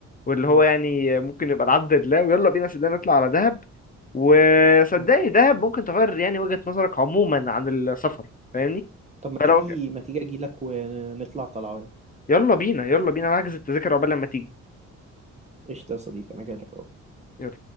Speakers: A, on the left; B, on the right.
A: واللي
B: مم.
A: هو يعني ممكن يبقى العبد لله ويلا بينا صدقني نطلع على دهب وصدقني
B: مم.
A: دهب ممكن تغير يعني وجهة نظرك عموما عن السفر فاهمني
B: طب ما تيجي
A: فلو
B: ما تيجي اجي لك ونطلع طلعه
A: يلا بينا يلا بينا نحجز التذاكر عقبال لما تيجي
B: قشطة يا صديقي انا جاي لك اهو
A: يلا